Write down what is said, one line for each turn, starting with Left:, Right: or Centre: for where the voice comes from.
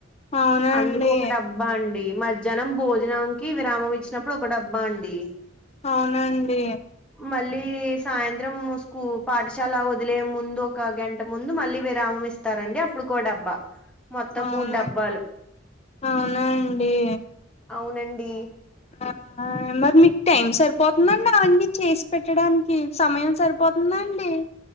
Left: అవునండి
Centre: అందుకు ఒక డ బ్బా అండి మధ్యాహ్నం భోజనానికి విరామం ఇచ్చినప్పుడు ఒక డబ్బా అండి
Left: అవునండి
Centre: మళ్ళీ సాయంత్రం స్కూ పాఠశాల వ దిలే ముందు ఒక గంట ముందు మళ్ళీ విరామం ఇస్తారండి అప్పుడుకో డబ్బా మొత్తం
Left: అవునా
Centre: మూడు డబ్బాలు
Left: అవునా అండి
Centre: అవునండి
Left: ఆ మరి మీకు టైం సరిపోతుంద అంది అవన్నీ చేసి పెట్టడానికి సమయం సరిపోతుందండి